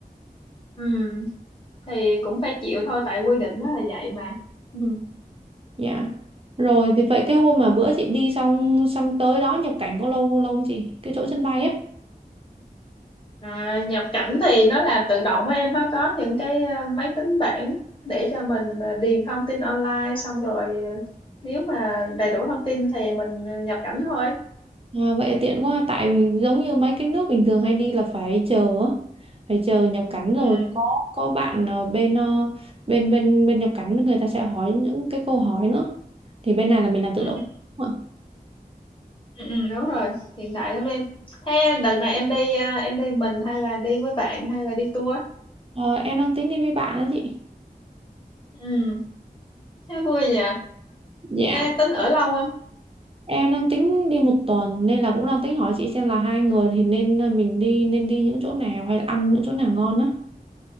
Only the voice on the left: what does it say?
ừ thì cũng phải chịu thôi tại quy định nó là vậy mà ừ
À, nhập cảnh thì nó làm tự động á em nó có những cái ờ, máy tính bảng để cho mình ờ, điền thông tin online xong rồi ờ, nếu mà đầy đủ thông tin thì mình ờ, nhập cảnh thôi.
Ừ,
ừ,
ừ,
ừ, ừ, đúng rồi, hiện đại lắm em. Thế đợt này em đi ờ, em đi mình hay là đi với bạn hay là đi tour?
Ừ, thế vui nhỉ.
Thế tính ở lâu không?